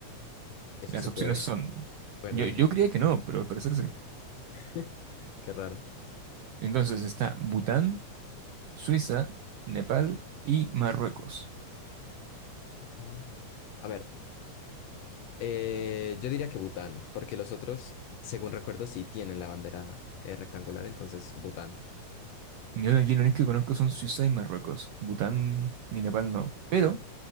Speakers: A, on the left (about 75°); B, on the right (about 80°).
A: ¿Eso
B: Y las
A: se
B: opciones
A: puede?
B: son,
A: Bueno,
B: yo,
A: dime.
B: yo creía que no, pero al parecer sí.
A: <laughs> Qué raro.
B: Entonces está Bután, Suiza, Nepal y Marruecos.
A: Bután. A ver, eh, yo diría que Bután, porque los otros, según recuerdo, sí tienen la bandera eh, rectangular, entonces Bután.
B: Yo de aquí lo único que conozco son Suiza y Marruecos. Bután ni Nepal no. Pero